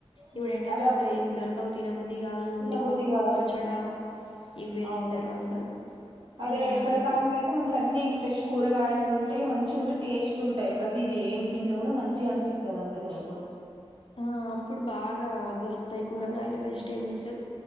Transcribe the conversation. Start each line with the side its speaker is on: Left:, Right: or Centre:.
Left: ఇప్పుడు
Right: ఉమ్,
Left: ఎండాకాలంలో
Right: అదే అప్పుడు
Left: ఏం దొరకవు తినబుద్ధి కాదు
Right: తినబుద్ధి
Left: ఓన్లీ పప్పు
Right: కాదు
Left: పచ్చడా ఇవ్వే
Right: అవును
Left: తింటారు అందరూ
Right: అదే
Left: ఏదైనా
Right: చలికాలంలో
Left: ఇట్లా
Right: అయితే మంచి అన్ని ఫ్రెష్ కూరగాయలు ఉంటాయి మంచిగా ఉంటాయి టేస్ట్ ఉంటాయి ప్రతీది ఏం తిన్నా కూడా మంచిగానిపిస్తది అసలు అప్పుడు
Left: ఆ అప్పుడు బాగ్ గా దొరుకుతాయి కూరగాయలు వెజిటేబుల్స్